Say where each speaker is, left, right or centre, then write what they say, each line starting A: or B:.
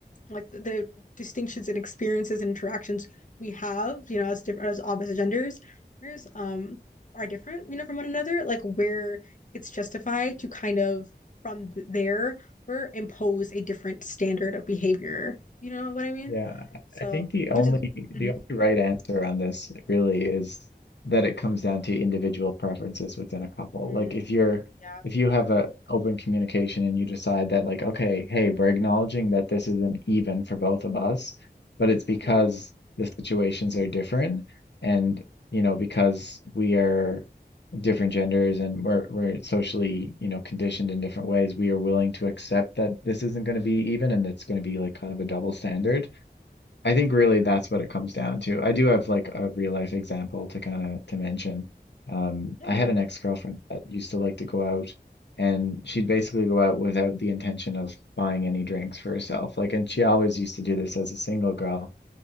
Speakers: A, on the left (about 45°); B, on the left (about 85°).
A: like the, the distinctions and experiences and interactions we have, you know, as different as opposite genders, um, are different, you know, from one another. Like where it's justified to kind of from th- there or impose a different standard of behavior. You know what I mean?
B: Yeah, I
A: So,
B: I think the only
A: which is,
B: the
A: mhm.
B: only right answer on this really is that it comes down to individual preferences within a couple.
A: Mm,
B: Like if you're
A: yeah,
B: if you have a open communication and you decide that like, okay, hey, we're acknowledging that this isn't even for both of us, but it's because
A: right.
B: the situations are different and you know, because we are different genders and we're we're socially, you know, conditioned in different ways, we are willing to accept that this isn't going to be even and it's going to be like kind of a double standard I think really that's what it comes down to. I do have like a real life example to kind of to mention. Um,
A: Yeah.
B: I had an ex-girlfriend that used to like to go out and she'd basically go out without the intention of buying any drinks for herself. Like, and she always used to do this as a single girl.